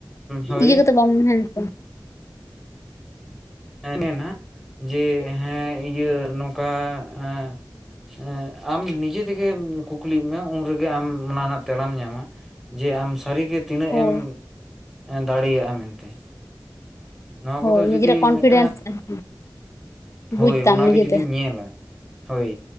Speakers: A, in the centre; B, on the left.
A: ᱦᱳᱭ
B: ᱤᱭᱟᱹ ᱠᱟᱛᱮ ᱵᱟᱝ ᱛᱟᱦᱮᱱ ᱛᱟᱢ
A: ᱦᱮ ᱢᱮᱱᱟ, ᱡᱮ ᱦᱮᱸ ᱤᱭᱟᱹ ᱱᱚᱝᱠᱟ ᱮᱜ ᱮᱸᱜ ᱟᱢ ᱱᱤᱡᱮ ᱛᱮᱜᱮ ᱠᱩᱠᱞᱤᱜ ᱢᱮ, ᱩᱱᱨᱮᱜᱮ ᱟᱢ ᱚᱱᱟ ᱨᱮᱱᱟᱜ ᱛᱮᱞᱟᱢ ᱧᱟᱢᱟ᱾ ᱡᱮ ᱟᱢ ᱥᱟᱹᱨᱤᱜᱮ ᱛᱤᱱᱟᱹᱜ
B: ᱦᱳᱭ
A: ᱮᱢ ᱫᱟᱲᱮᱭᱟᱜᱼᱟ, ᱢᱮᱱᱛᱮ ᱱᱚᱣᱟ
B: ᱦᱳᱭ
A: ᱠᱚᱫᱚ ᱡᱩᱫᱤ ᱢᱤᱫ
B: <unintelligible> <unintelligible>
A: ᱦᱳᱭ
B: ᱵᱩᱡᱽ ᱛᱟᱢ
A: ᱚᱱᱟᱜᱮ
B: ᱱᱤᱡᱮᱛᱮ
A: ᱡᱩᱫᱤᱢ ᱧᱮᱞᱟ, ᱦᱳᱭ